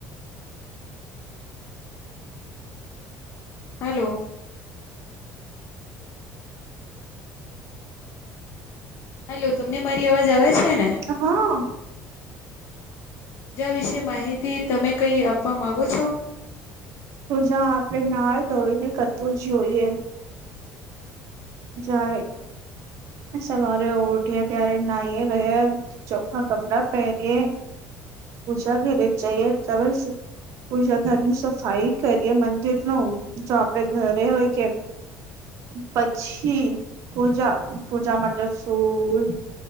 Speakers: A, on the left (about 55°); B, on the right (about 60°).
A: હલો હેલો તમને મારી અવાજ આવે છે ને
B: હા
A: પૂજા વિશે માહિતી તમે કઈ આપવા માંગો છો
B: પૂજા આપડે નાઈ ધોઈને કરવું જોઈએ. જયારે સવારે ઊઠ્યે ત્યારે નાહીએ ધોઇએ ચોખા કપડા પહેરીએ પુજા ઘરી જઈએ ત પૂજા ઘરની સફાઈ કરીએ મંદિર નુ જો આપડે ઘરે હોય કે. પછી પૂજા પૂજા માટે ફૂલ.